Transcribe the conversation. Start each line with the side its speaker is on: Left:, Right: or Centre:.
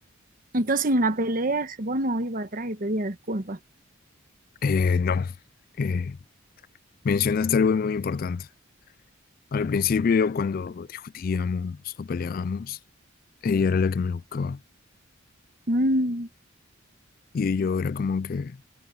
Right: Entonces en la pelea vos no iba atrás y pedía disculpas.
Left: Eh, no, eh, mencionaste algo muy importante. Al principio, cuando discutíamos o peleábamos, ella era la que me buscaba.
Right: Mm,
Left: Y yo era como que,